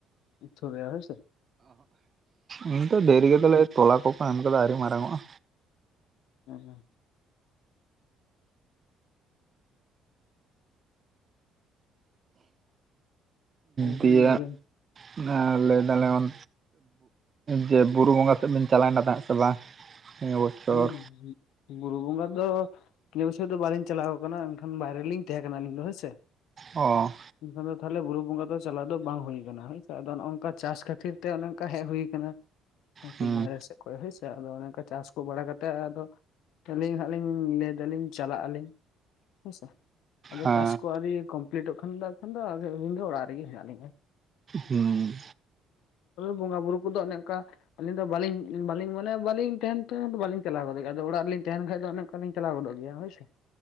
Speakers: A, on the left (about 75°); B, on the right (about 35°).
A: ᱥᱩᱨᱭᱟ ᱦᱳᱭ ᱥᱮ?
B: ᱩᱱ ᱫᱚ ᱫᱮᱨᱤ ᱜᱮᱛᱚᱞᱮ ᱛᱚᱞᱟ ᱠᱚᱠᱚ ᱮᱢ ᱟᱠᱟᱫᱟ ᱟᱹᱣᱨᱤ ᱢᱟᱨᱟᱝ ᱚᱼᱟ᱾
A: <unintelligible> ᱮᱱᱠᱷᱟᱱ
B: ᱫᱤᱭᱟ
A: ᱞᱟᱹᱭ ᱵᱮᱱ
B: ᱟᱨ ᱞᱟᱹᱭᱫᱟᱞᱮ ᱚᱱ ᱡᱮ ᱵᱩᱨᱩ ᱵᱚᱸᱜᱟ ᱥᱮᱫ ᱵᱮᱱ ᱪᱟᱞᱟᱣᱮᱱᱟ ᱛᱟᱦᱮᱸᱫ ᱥᱮ ᱵᱟᱝ? ᱱᱤᱭᱟᱹ ᱵᱚᱪᱷᱚᱨ
A: ᱦᱩᱸ ᱵᱩᱨᱩ ᱵᱚᱸᱜᱟ ᱫᱚ ᱤᱱᱟᱹ ᱵᱪᱷᱚᱨ ᱫᱚ ᱵᱟᱟᱹᱞᱤᱧ ᱪᱟᱞᱟᱣ ᱟᱠᱟᱱᱟ ᱮᱱᱠᱷᱟᱱ ᱵᱟᱭᱨᱮ ᱨᱮᱞᱤᱧ ᱛᱟᱦᱮᱸ ᱠᱟᱱᱟ ᱟᱹᱞᱤᱧ ᱫᱚ ᱦᱚᱭ ᱥᱮ᱾
B: ᱚ
A: ᱮᱠᱷᱟᱱ ᱫᱚ ᱛᱟᱦᱚᱞᱮ ᱵᱩᱨᱩ ᱵᱚᱸᱜᱟ ᱫᱚ ᱪᱟᱞᱟᱜ ᱫᱚ ᱵᱟᱝ ᱦᱩᱭ ᱥᱮ ᱚᱱᱮ ᱚᱝᱠᱟ ᱪᱟᱥ ᱠᱷᱟᱛᱤᱨ ᱛᱮ ᱚᱱᱮ ᱚᱱᱠᱟ ᱦᱮᱡ ᱦᱩᱭ ᱟᱠᱟᱱᱟ᱾
B: ᱦᱩᱸ
A: ᱵᱟᱭᱦᱨᱮ ᱥᱮᱫ ᱠᱷᱚᱡ ᱦᱚᱭ ᱥᱮ ᱚᱱᱮ ᱚᱱᱠᱟ ᱪᱟᱥ ᱛᱳᱯᱳ ᱵᱟᱲᱟ ᱠᱟᱛᱮᱮᱫ ᱟᱫᱚ ᱟᱹᱞᱤᱧ ᱦᱟᱸᱜ ᱞᱤᱧ ᱞᱟᱹᱭ ᱫᱟᱞᱤᱧ ᱪᱟᱞᱟᱜ ᱟᱹᱞᱤᱧ ᱦᱮᱸᱥᱮ᱾ ᱟᱫᱚ
B: ᱦᱮᱸ
A: ᱪᱟᱥ ᱠᱚ ᱟᱹᱣᱨᱤ ᱠᱚᱢᱯᱞᱤᱴᱚᱜ ᱠᱷᱟᱱ ᱫᱚ ᱟᱫᱚ ᱚᱲᱟᱜ ᱨᱮᱜᱮ ᱦᱮᱱᱟ ᱞᱤᱧᱟ᱾
B: ᱦᱩᱸ
A: ᱵᱚᱸᱜᱟ ᱵᱩᱨᱩ ᱠᱚᱫᱚ ᱚᱱᱮ ᱚᱱᱠᱟ ᱟᱹᱞᱤᱧ ᱫᱚ ᱵᱟᱹᱞᱤᱧ ᱵᱟᱞᱤᱧ ᱢᱟᱱᱮ ᱵᱟᱞᱤᱧ ᱛᱟᱦᱮᱱ ᱫᱚ ᱵᱟᱞᱤᱧ ᱪᱟᱞᱟ ᱜᱚᱫᱚᱜ ᱜᱮᱭᱟ ᱟᱫᱚ ᱚᱲᱟᱜ ᱨᱮᱞᱤᱧ ᱛᱟᱦᱮᱱ ᱠᱷᱟᱱ ᱫᱚ ᱚᱱᱠᱟᱞᱤᱧ ᱪᱞᱟᱣ ᱜᱚᱫᱚᱜ ᱜᱮᱭᱟ ᱦᱳᱭ ᱥᱮ᱾